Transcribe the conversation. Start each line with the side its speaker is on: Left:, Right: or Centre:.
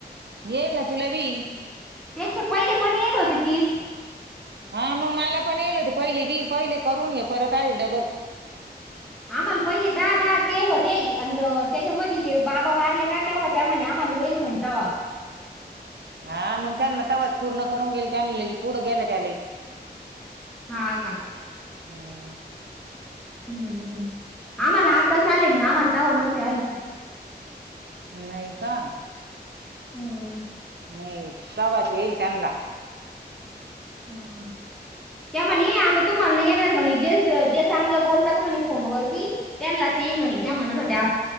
Right: येल ना तिला बी
Centre: त्यांचे पहिले पण येल होते तीस
Right: हा मग मला पण येल होते पहिले बी पहिले करून ये परत आलेल डबल
Centre: आम्हाला पहिले दहा दहाच गल होते अंत त्याच्यामध्येध ते बाबा वारले का तेव्हा त्यामा आम्हाला येले म्हण तवा
Right: हा मग त्यांना तवास पूर्ण करून गेल त्यां ल पुढं गेलं त्याला
Centre: हा का
Right: हम्
Centre: हम् हम्म आम्हाला आातता आले मग आम्हाला तवा नव्हते आली
Right: नाही का
Centre: हम्म
Right: मी प्रवाच येईल त्यांना
Centre: हा. त्या म्हणे आता तुम्हाला नाही येणार म्हणे जे जे चांगलं बोलत का म्हणे फोनवर बी त्यांलाच येंग म्ह त्या म न त्या